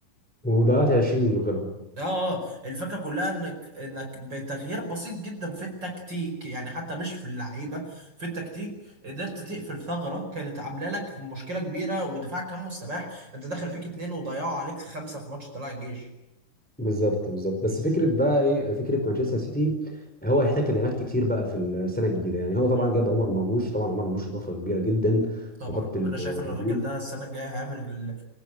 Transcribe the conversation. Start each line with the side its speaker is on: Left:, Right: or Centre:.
Centre: وضيعت 20 غيرهم
Right: اه آه، الفكره كلها انك انك بتغيير بسيط جدا في التكتيك يعني حتى مش في اللعيبه في التكتيك قدرت تقفل ثغره كانت عامله لك مشكله كبيره ودفاعك كان مستباح انت دخل فيك اتنين وضيعوا عليك خمسه في ماتش طلع الجيش
Centre: بالظبط بالظبط
Right: مم.
Centre: بس فكره بقى ايه فكره مانشستر سيتي هو هيحتاج تدعيمات كتير بقى في السنه الجديده يعني هو طبعا
Right: مم.
Centre: جاب عمر مرموش طبعا عمر مرموش اضافه كبيره جدا
Right: طبعا
Centre: في خط ال-
Right: انا شايف ان
Centre: الهجوم
Right: الراجل ده السنه الجايه هيعمل ال-